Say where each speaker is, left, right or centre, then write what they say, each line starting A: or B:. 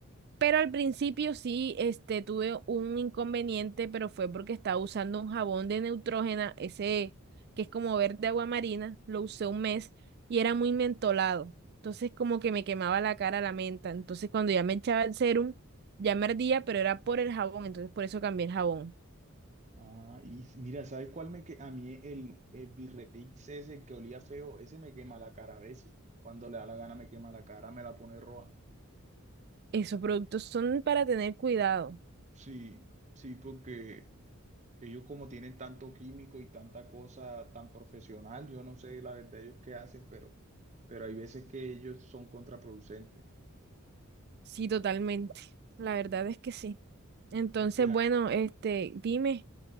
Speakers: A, on the right; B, on the right.
A: Pero al principio sí, este, tuve un inconveniente, pero fue porque estaba usando un jabón de Neutrógena, ese que es como verde agua marina, lo usé un mes y era muy mentolado. Entonces como que me quemaba la cara la menta. Entonces cuando ya me echaba el serum, ya me ardía, pero era por el jabón, entonces por eso cambié el jabón.
B: Ah, y mira, ¿sabes cuál me que A mí el, el birretix ese, el que olía feo, ese me quema la cara a veces. Cuando le da la gana me quema la cara, me la pone roja.
A: Esos productos son para tener cuidado.
B: Sí, sí, porque ellos como tienen tanto químico y tanta cosa tan profesional, yo no sé la verdad ellos qué hacen, pero, pero hay veces que ellos son contraproducentes.
A: Sí, totalmente. La verdad es que sí. Entonces,
B: Mira,
A: bueno, este, dime.